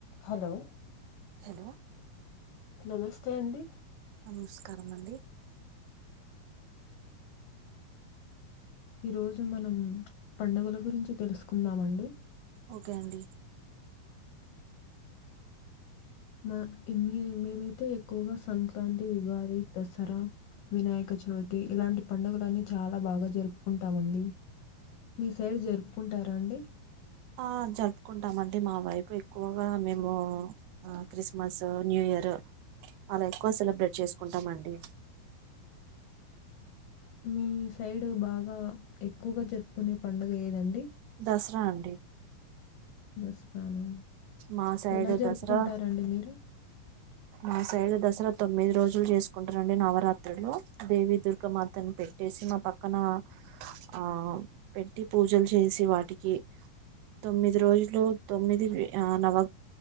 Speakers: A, on the left; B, on the right.
A: Hello
B: hello
A: నమస్తే అండి
B: నమస్కారం అండి
A: ఈ రోజు మనం పండుగల గురించి తెలుసుకుందామండి.
B: ఓకే అండి
A: మన ఇ మే మేమైతే ఎక్కువగా సంక్రాంతి, ఉగాది, దసరా వినాయక చవితి ఇలాంటి పండగలన్నీ చాలా బాగా జరుపుకుంటామండి. మీ సైడ్ జరుపుకుంటారా అండి.
B: ఆ జరుపుకుంటామండి మా వైపు ఎక్కువగా మేమూ ఆ క్రిస్మస్ న్యూ ఇ ఇయరు అలా ఎక్కువ సెలబ్రేట్ చేసుకుంటాం అండి.
A: మీ సైడు బాగా ఎక్కువగా జరుపుకునే పండుగ ఏదండి.
B: దసరా అండి
A: దసరానా
B: మా సైడ్
A: ఎలా జరుపుకుంటారండి
B: దసరా
A: మీరు.
B: మా సైడు దసరా తొమ్మిది రోజులు చేసుకుంటారండి నవరాత్రులూ దేవి దుర్గామాతను పెట్ ట్టేసీ మా పక్కనా ఆ పెట్టి పూజల్ చేసి వాటికి తొమ్మిది రోజులు తొమ్మిది ఆ నవ